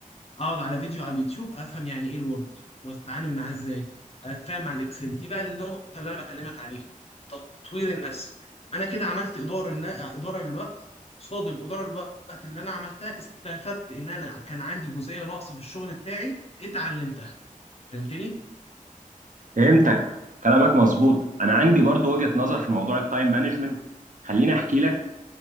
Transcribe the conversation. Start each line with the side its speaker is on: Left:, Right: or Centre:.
Left: اقعد على فيديو على اليوتيوب افهم يعني ايه الوورد واتعامل معاه ازاي اتفاهم مع الاكسل دي بقى النقطه اللي انا بكلمك عليها تطوير النفس انا كده عملت اداره لن- اداره للوقت قصاد الاداره للوقت اللي انا عملتها استفدت ان انا كان عندي جزئيه ناقصه في الشغل بتاعي اتعلمتها فهمتني
Right: فهمتك كلامك مظبوط انا عندي برضو وجهة نظر في موضوع التايم مانجمنت خليني احكي لك